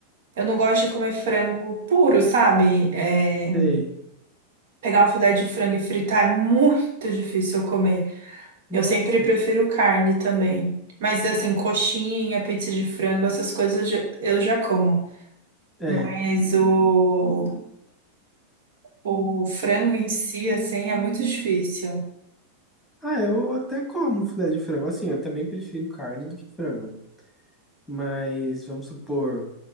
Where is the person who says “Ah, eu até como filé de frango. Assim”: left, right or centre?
Centre